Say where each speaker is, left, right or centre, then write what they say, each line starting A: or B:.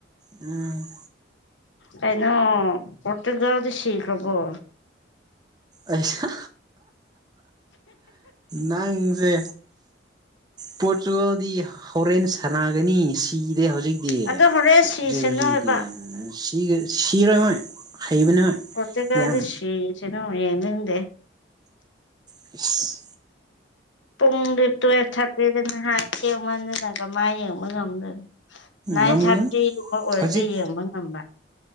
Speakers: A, on the right (about 20°); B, on the left (about 85°).
A: ꯎꯝ
B: ꯀꯩꯅꯣ ꯄꯣꯔꯇꯨꯒꯜꯗꯤ ꯁꯤꯈ꯭ꯔꯕꯣ
A: ꯑꯩꯁ ꯅꯪꯁꯦ ꯄꯣꯔꯇꯨꯒꯥꯜꯗꯤ ꯍꯣꯔꯦꯟ ꯁꯥꯟꯅꯒꯅꯤ ꯁꯤꯗꯤ ꯍꯧꯖꯤꯛ
B: ꯑꯗꯣ ꯍꯣꯔꯦꯟ ꯁꯤꯁꯅꯨ
A: <unintelligible>
B: ꯍꯥꯏꯕ
A: ꯁꯤꯔꯣꯏ ꯃꯣꯏ ꯍꯩꯕꯅꯦ ꯃꯣꯏ
B: <unintelligible>
A: ꯌꯥꯝ
B: ꯁꯤꯁꯅꯣ ꯌꯦꯡꯅꯤꯡꯗꯦ
A: <inaudible>
B: ꯄꯨꯡꯗꯤ ꯇꯨꯌꯦꯜꯐ ꯊꯥꯔꯇꯤꯗꯅꯦ ꯍꯥꯏ ꯊꯦꯡ ꯃꯟꯗꯅ ꯀꯃꯥꯏ ꯌꯦꯡꯕ ꯉꯝꯗꯣꯏꯅꯣ ꯅꯥꯏꯟ
A: ꯉꯝꯒꯅꯤ
B: ꯊꯥꯔꯇꯤꯒꯨꯝꯕ ꯑꯣꯏꯔꯗꯤ
A: ꯍꯧꯖꯤꯛ
B: ꯌꯦꯡꯕ ꯉꯝꯕ